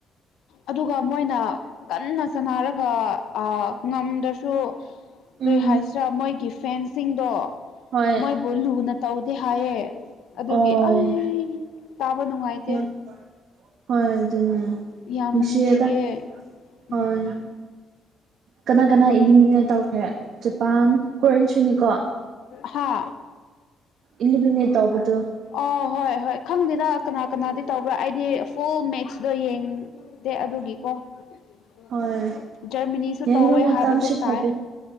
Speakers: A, on the left; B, on the right.
A: ꯑꯗꯨꯒ ꯃꯣꯏꯅ ꯀꯟꯅ ꯁꯥꯟꯅꯔꯒ ꯑ ꯉꯝꯗ꯭ꯔꯁꯨ
B: ꯎꯝ
A: ꯀꯔꯤ ꯍꯥꯏꯁꯤꯔꯥ ꯃꯣꯏꯒꯤ ꯐꯦꯟꯁꯤꯡꯗꯣ
B: ꯍꯣꯏ
A: ꯃꯣꯏꯕꯨ ꯂꯨꯅ ꯇꯧꯗꯦ ꯍꯥꯏꯌꯦ ꯑꯗꯨꯒꯤ
B: ꯑꯣ
A: ꯑꯩ ꯇꯥꯕ ꯅꯨꯡꯉꯥꯏꯇꯦ
B: ꯍꯣꯏ ꯍꯣꯏ ꯑꯗꯨꯅꯦ
A: ꯌꯥꯝꯅ
B: ꯅꯨꯡꯁꯤꯌꯦꯗ
A: ꯅꯨꯡꯁꯤꯌꯦ ꯎꯝ
B: ꯍꯣꯏ ꯀꯅꯥ ꯀꯅꯥ ꯏꯂꯤꯃꯤꯅꯦꯠ ꯇꯧ ꯈ꯭ꯔꯦ ꯖꯄꯥꯟ ꯀꯣꯔꯟꯁꯨ ꯅꯤꯀꯣ
A: ꯍꯥ
B: ꯏꯂꯤꯃꯤꯅꯦꯠ ꯇꯧꯕꯗꯣ
A: ꯑꯣ ꯍꯣꯏ ꯍꯣꯏ ꯈꯪꯗꯦꯗ ꯀꯅꯥ ꯀꯅꯥꯗꯤ ꯇꯧꯕ꯭ꯔꯥ ꯑꯩꯗꯤ ꯐꯨꯜ ꯃꯦꯠꯁꯗꯣ ꯌꯦꯡꯗꯦ ꯑꯗꯨꯒꯤꯀꯣ <unintelligible>
B: ꯍꯣꯏ
A: ꯖꯔꯃꯅꯤꯁꯨ
B: ꯌꯦꯡꯕ
A: ꯇꯧꯋꯦ
B: ꯃꯇꯝꯁꯨ
A: ꯍꯥꯏꯕꯒꯨꯝ
B: ꯐꯗꯦ
A: ꯇꯥꯏꯌꯦ